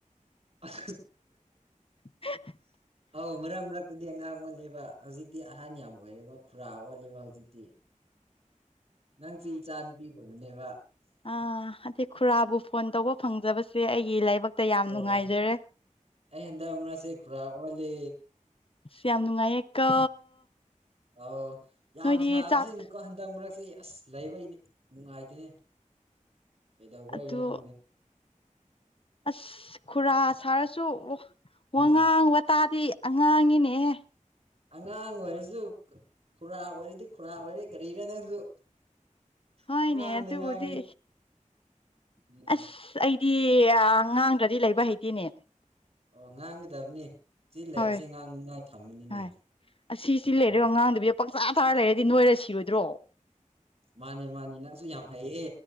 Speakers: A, on the right; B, on the left.
A: ꯑ ꯍ
B: <unintelligible>
A: <unintelligible> ꯑꯧ ꯃꯔꯛ ꯃꯔꯛꯇꯗꯤ ꯑꯉꯥꯡ ꯑꯣꯜꯂꯦꯕ ꯍꯧꯖꯤꯛꯇꯤ ꯑꯍꯟ ꯌꯥꯝ ꯑꯣꯏꯔꯦꯕ ꯈꯨꯔꯥ ꯑꯣꯜꯂꯦꯕ ꯍꯧꯖꯤꯛꯇꯤ ꯅꯪꯁꯦ ꯏꯆꯥ ꯅꯨꯄꯤꯒꯨꯝꯕꯅꯤꯕ
B: ꯑ ꯑꯗꯗꯤ ꯈꯨꯔꯥꯕꯨ ꯐꯣꯟ ꯇꯧꯕ ꯐꯪꯖꯕꯁꯦ ꯑꯩꯒꯤ ꯂꯥꯏꯕꯛꯇ ꯌꯥꯝ
A: ꯑ
B: ꯅꯨꯡꯉꯥꯏꯖꯔꯦ
A: ꯑꯩ ꯍꯟꯗꯛ ꯃꯔꯛꯁꯦ ꯈꯨꯔꯥ ꯑꯣꯜꯂꯦ
B: ꯌꯥꯝ ꯅꯨꯡꯉꯥꯏꯌꯦꯀꯣ
A: ꯑꯎ ꯌꯥꯝ
B: ꯅꯣꯏꯗꯤ
A: ꯁꯥꯕꯁꯤꯅꯀꯣ
B: ꯆꯥꯛ
A: ꯍꯟꯗꯛ ꯃꯔꯛꯁꯦ ꯑꯁ ꯂꯩꯕꯩꯅꯦ ꯅꯨꯡꯉꯥꯏꯇꯦꯅꯦ ꯀꯩꯗꯧꯕꯩꯔꯣ
B: ꯑꯗꯨ
A: ꯈꯪꯗꯦ
B: ꯑꯁ ꯈꯨꯔꯥ ꯁꯥꯔꯁꯨ
A: ꯎꯝ
B: ꯋꯥꯉꯥꯡ ꯋꯥꯇꯥꯗꯤ ꯑꯉꯥꯡꯅꯤꯅꯦꯍꯦ
A: ꯑꯉꯥꯡ ꯑꯣꯏꯔꯁꯨ ꯈꯨꯔꯥ ꯑꯣꯏꯔꯗꯤ ꯈꯨꯔꯥ ꯑꯣꯏꯔꯦ ꯀꯔꯤꯔꯥ ꯅꯪꯁꯨ
B: ꯍꯣꯏꯅꯦ
A: ꯄꯉꯥꯡꯗ
B: ꯑꯗꯨꯕꯨꯗꯤ
A: ꯉꯥꯡꯉꯤ ꯎꯝ
B: ꯑꯁ ꯑꯩꯗꯤ ꯑ ꯉꯥꯡꯗ꯭ꯔꯗꯤ ꯂꯩꯕ ꯍꯩꯇꯦꯅꯦ
A: ꯑꯣ ꯉꯥꯡꯒꯗꯕꯅꯤ ꯁꯤ ꯂꯩꯕꯁꯦ
B: ꯍꯣꯏ
A: ꯉꯥꯡꯅꯤꯉꯥꯏ ꯊꯝꯕꯅꯤꯅꯦ
B: ꯍꯣꯏ ꯑꯁꯤꯁꯤ ꯂꯩꯔꯦꯒ
A: ꯎꯝ
B: ꯑꯉꯥꯡꯗꯕꯤ ꯄꯪꯆꯥ ꯆꯥꯔ ꯂꯩꯔꯗꯤ ꯅꯣꯏꯔ ꯁꯤꯔꯣꯏꯗ꯭ꯔꯣ
A: ꯃꯥꯅꯦ ꯃꯥꯅꯦ ꯅꯪꯁꯨ ꯌꯥꯝ ꯍꯩꯌꯦ